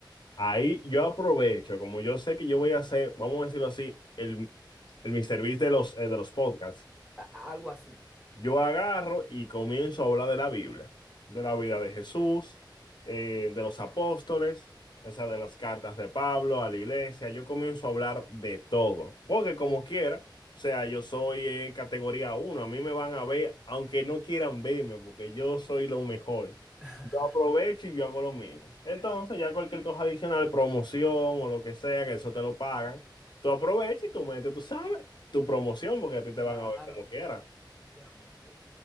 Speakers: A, on the left; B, in the centre.
A: Ahí yo aprovecho, como yo sé que yo voy a hacer, vamos a decirlo así, el, el Mr. Beast de los, eh, de los podcasts.
B: A- Algo así.
A: Yo agarro y comienzo a hablar de la Biblia, de la vida de Jesús, eh, de los apóstoles, o sea, de las cartas de Pablo a la iglesia. Yo comienzo a hablar de todo, porque como quiera, o sea, yo soy eh, categoría uno. a mí me van a ver, aunque no quieran verme, porque yo soy lo mejor.
B: <laughs>
A: Yo aprovecho y yo hago lo mismo. Entonces, ya cualquier cosa adicional, promoción o lo que sea, que eso te lo pagan, tú aprovechas y tú metes, tú sabes, tu promoción, porque a ti te
B: Claro,
A: van a ver como quieran.
B: obviamente.